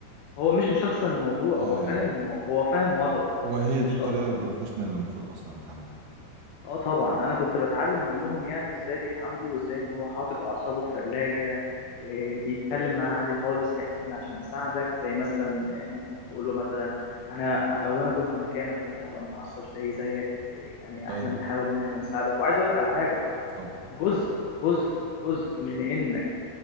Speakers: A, on the left; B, on the right.
A: هو مش مشخصن الموضوع
B: اه
A: هو
B: يعني
A: فاهم هو فاهم وضعه
B: وهي
A: بس مش
B: دي الطريقة
A: اكتر
B: البروفيشنال اللي المفروض اصلا يتعامل بيها
A: اه طبعا انا كنت بتعلم منهم يعني ازاي بيتعاملوا وازاي ان هو حاطط اعصابه في ثلاجة بيتكلم معاه عادي خالص احنا هنا عشان نساعدك زي مثلا إيه، ممكن تقول له مثلا انا لو انا كنت مكانك كنت هبقى متعصب زي زيك بس يعني
B: طيب
A: احنا بنحاول ان احنا نساعدك وعايز اقول لك على حاجة
B: اتفضل
A: جزء جزء جزء من انك